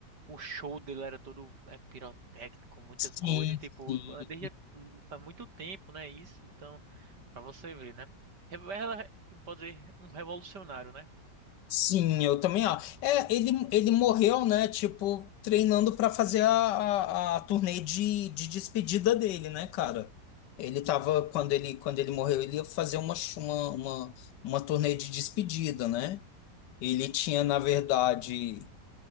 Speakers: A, on the right; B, on the left.
A: o show dele era todo é, pirotécnico, muita
B: sim,
A: coisa, e, tipo,
B: sim.
A: é, desde faz muito tempo, né? Isso, então, pra você ver, né? Revo- Ela pode dizer um revolucionário, né?
B: Sim, eu também acho. É, ele, ele morreu, né? Tipo, treinando para fazer a, a, a turnê de, de despedida dele, né, cara? Ele tava, quando ele, quando ele morreu, ele ia fazer uma, ch- uma, uma, uma turnê de despedida, né? Ele tinha, na verdade